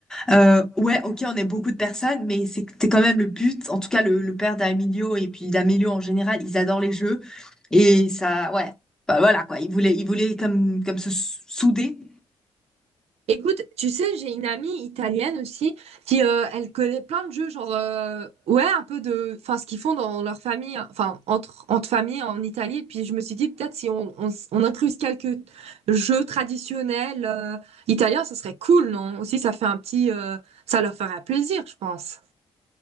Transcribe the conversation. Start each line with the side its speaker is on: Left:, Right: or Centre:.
Centre: Euh, ouais, ok, on est beaucoup de personnes, mais c'est c'était quand même le but. En tout cas, le, le père d'Amilio et puis d'Amilio en général, ils adorent les jeux. Et ça, ouais, bah voilà quoi. Ils voulaient, ils voulaient comme, comme se s- souder.
Right: Écoute, tu sais, j'ai une amie italienne aussi qui euh, elle connaît plein de jeux genre euh, ouais un peu de enfin ce qu'ils font dans leur famille hein, enfin entre entre familles en Italie puis je me suis dit peut-être si on on, s- on incluse quelques jeux traditionnels euh, italiens ça serait cool non? Aussi ça fait un petit euh, ça leur ferait plaisir je pense.